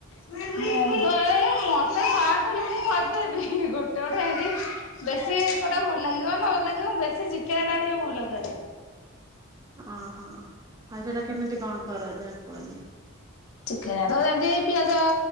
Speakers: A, on the left; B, on the right.
A: ମୁଁ ତ ଏ ଏ ମତେ ଯାହା କଲେ ମୁଁ କରିଦେବି ଗୋଟେ ଗୋଟେ ଏନ୍ତି ବେଶୀ କୋଉଟା ଭଲ ଲାଗିବ ନ ଲାଗିବ ମୁଁ ବେଶୀ ଚିକେନ ତା ଟିକେ ଭଲ କରେ।
B: ଅ ହଁ ଆଉ ସେଇଟା କେମିତି କଣ କର ଯାହା କୁହନି?
A: ଚିକେନ ଧର ଯେମିତି ପିଆଜ